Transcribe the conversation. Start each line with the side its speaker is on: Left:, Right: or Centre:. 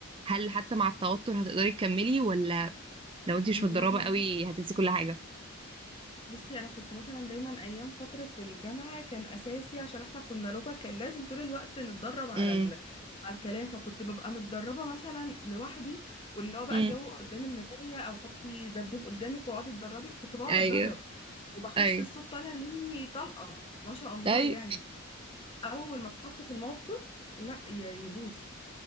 Right: هل حتى مع التوتر هتقدري تكملي ولا لو انت مش
Left: طول
Right: متدربة قوي هتنسي كل حاجة
Left: بصي انا كنت مثلا دايما ايام فتره الجامعه كان اساسي عشان احنا كنا لغه كان لازم طول الوقت نتدرب على
Right: امم
Left: ال... على الكلام فكنت ببقى متدربه مثلا لوحدي واللي هو بقى
Right: امم
Left: جو قدام المرايه او حطي دبدوب قدامك واقعدي اتدربي كنت بقعد
Right: ايوه
Left: اتدرب وبحس
Right: ايوه
Left: الصوت طالع مني طلقه ما شاء الله
Right: اي
Left: يعني اول ما اتحط في الموقف لا ي- يبوظ